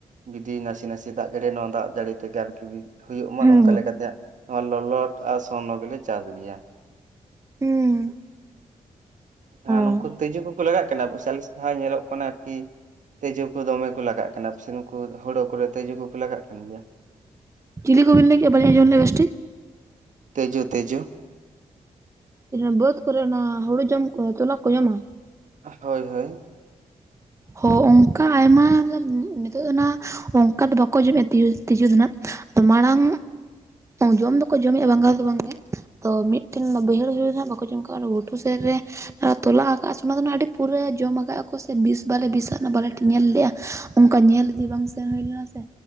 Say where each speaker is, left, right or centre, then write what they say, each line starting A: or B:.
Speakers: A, on the right; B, on the right.
A: ᱵᱤᱫᱤ ᱱᱟᱥᱮ ᱱᱟᱥᱮ ᱫᱟᱜ ᱡᱟᱹᱲᱤ ᱱᱚᱣᱟ ᱫᱟᱜ ᱡᱟᱲᱤ ᱛᱮᱜᱮ ᱟᱨ ᱠᱤ ᱦᱩᱭᱩᱜ ᱢᱟ
B: ᱦᱩᱸ
A: ᱱᱚᱝᱠᱟ ᱞᱮᱠᱟ ᱛᱮ ᱱᱚᱣᱟ ᱞᱚᱞᱟᱴ ᱟᱨ ᱥᱚᱨᱱᱚ ᱜᱮᱞᱮ ᱪᱟᱥ ᱜᱮᱭᱟ᱾
B: ᱦᱩᱸ ᱦᱮᱸ
A: ᱟᱸᱻ ᱱᱩᱝᱠᱩ ᱛᱤᱡᱩ ᱠᱩ ᱞᱟᱜᱟᱜ ᱠᱟᱱᱟ ᱟᱞᱮ ᱥᱮ ᱦᱚᱸ ᱧᱮᱞᱚᱜ ᱠᱟᱱᱟ ᱟᱨᱠᱤᱼᱼ ᱛᱤᱡᱩ ᱠᱚ ᱫᱚᱢᱮ ᱠᱚ ᱞᱟᱜᱟᱜ ᱠᱟᱱᱟ ᱥᱮ ᱱᱩᱠᱩ ᱦᱩᱲᱩ ᱠᱚᱨᱮ ᱛᱤᱡᱩ ᱠᱩᱠᱩ ᱞᱟᱜᱟᱜ ᱠᱟᱱ ᱜᱮᱭᱟ᱾
B: ᱪᱤᱞᱤ ᱠᱩᱵᱤᱱ ᱞᱟᱹᱭ ᱠᱮᱜ ᱵᱟᱞᱤᱧ‌ ᱟᱧᱡᱚᱢ‌ ᱞᱮᱜ ᱵᱮᱥ ᱴᱷᱤᱠ?
A: ᱛᱮᱡᱚ ᱛᱮᱡᱚᱼᱼ
B: ᱤᱱᱟᱹ ᱵᱟᱹᱛᱷ ᱠᱚᱨᱮ ᱚᱱᱟ ᱦᱩᱲᱩ ᱡᱚᱢ ᱠᱚ ᱛᱚᱞᱟ ᱠᱚ ᱡᱚᱢᱟ?
A: ᱦᱚᱭ ᱦᱳᱭ᱾
B: ᱦᱳᱻ ᱚᱱᱠᱟ ᱟᱭᱢᱟ ᱱᱤᱛᱚᱜ ᱫᱚ ᱱᱟᱸᱜ ᱚᱱᱠᱟ ᱫᱚ ᱵᱟᱠᱚ ᱡᱚᱢᱮᱜᱼᱟ ᱛᱤᱡᱩ ᱫᱚ ᱱᱟᱜ ᱟᱫᱚ ᱢᱟᱲᱟᱝ ᱡᱚᱢ ᱫᱚᱠᱚ ᱡᱚᱢᱮᱜᱼᱟ ᱵᱟᱝᱜᱟ ᱫᱚ ᱵᱟᱝᱜᱮ ᱛᱚ ᱢᱤᱫᱴᱮᱱ ᱵᱟᱹᱭᱦᱟᱹᱲ ᱦᱩᱭ ᱱᱟᱦᱟᱸᱜ ᱵᱟᱠᱚ ᱡᱚᱢ ᱠᱟᱜ-ᱟ ᱜᱷᱩᱴᱩ ᱥᱮᱜ ᱨᱮᱼᱼ ᱟᱸᱻ ᱛᱚᱞᱟ ᱟᱠᱟᱜ-ᱟ ᱥᱮ ᱚᱱᱟ ᱫᱚ ᱱᱟᱜ ᱟᱹᱰᱤ ᱯᱩᱨᱟᱹ ᱡᱚᱢ ᱟᱠᱟᱜ-ᱟ ᱠᱚ ᱥᱮ ᱵᱤᱥᱼᱼ ᱵᱟᱞᱮ ᱵᱤᱥᱟᱜ ᱱᱟ ᱵᱟᱞᱮ ᱴᱷᱮ ᱧᱮᱞ ᱞᱮᱜ-ᱟ ᱚᱱᱠᱟ ᱧᱮᱞ ᱤᱫᱤ ᱵᱟᱝ ᱥᱮᱱ ᱦᱩᱭ ᱞᱮᱱᱟ ᱥᱮ,